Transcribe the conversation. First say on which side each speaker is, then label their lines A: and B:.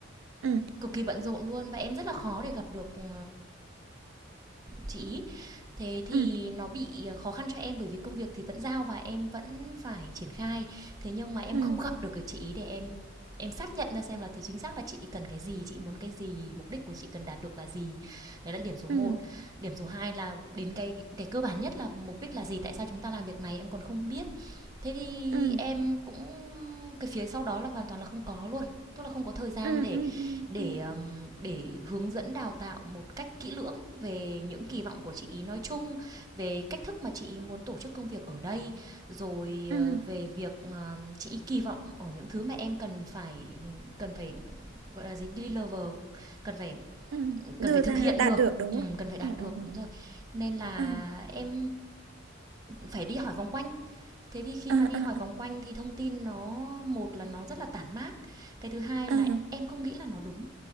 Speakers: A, on the right (about 75°); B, on the right (about 20°).
A: ừ
B: cực kỳ bận rộn luôn và em rất là khó để gặp được ờ, chị ý. Thế thì
A: ừ
B: nó bị ờ, khó khăn cho em bởi vì công việc thì vẫn giao và em vẫn phải triển khai. Thế nhưng mà em
A: ừ
B: không gặp được cái chị ý để em em xác nhận ra xem là từ chính xác là chị cần cái gì, chị muốn cái gì, mục đích của chị cần đạt được là gì. Đấy là điểm số một,
A: ừ
B: Điểm số 2 là đến cái cái cơ bản nhất là mục đích là gì, tại sao chúng ta làm việc này em còn không biết Thế thì
A: ừ
B: em cũng cái phía sau đó là hoàn toàn là không có luôn, tức là không có thời gian
A: ừ
B: để
A: ừ ừ
B: để,
A: ừ
B: ờm, để hướng dẫn đào tạo một cách kỹ lưỡng về những kỳ vọng của chị ý nói chung, về cách thức mà chị ý muốn tổ chức công việc ở đây, rồi,
A: ừ
B: ờ, về việc, ờ, chị ấy kỳ vọng ở những thứ mà em cần phải cần phải, gọi là gì, deliver, cần phải
A: ừ.
B: cần
A: đưa
B: phải thực
A: ra
B: hiện
A: đạt
B: được,
A: được đúng
B: ừm,
A: không
B: cần phải đạt
A: ừ
B: được,
A: ừ ừ
B: đúng rồi. Nên là
A: ừ
B: em phải đi hỏi vòng quanh. Thế thì khi
A: ừ
B: mà đi
A: ừ
B: hỏi vòng quanh thì thông tin nó một là nó rất là tản mác, cái thứ hai
A: ừ
B: là
A: ừ
B: em không nghĩ là nó đúng,